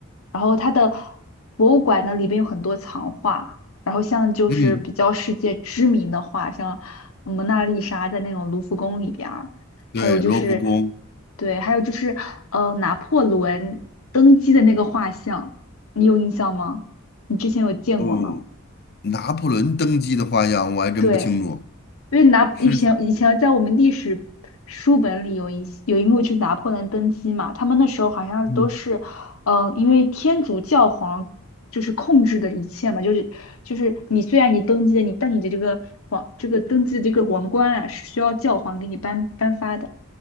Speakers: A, on the left; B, on the left.
A: 然后它的博物馆呢里边有很多藏画，然后像就是比较世界知名的画，
B: 嗯，
A: 像蒙娜丽莎在那种卢浮宫里边儿，
B: 对，
A: 还有就是
B: 罗浮宫，
A: 对，还有就是呃拿破仑登基的那个画像，你有印象吗？你之前有见过吗？
B: 嗯，拿破仑登基的画像我还真不清楚，
A: 对。因为拿以前以前在我们历史书本里有一有一幕就是拿破仑登基嘛，
B: 是，
A: 他们那时候好像都是，
B: 嗯，
A: 呃，因为天主教皇就是控制的一切嘛，就是就是你虽然你登基了，你但你的这个皇这个登基的这个王冠啊是需要教皇给你颁颁发的，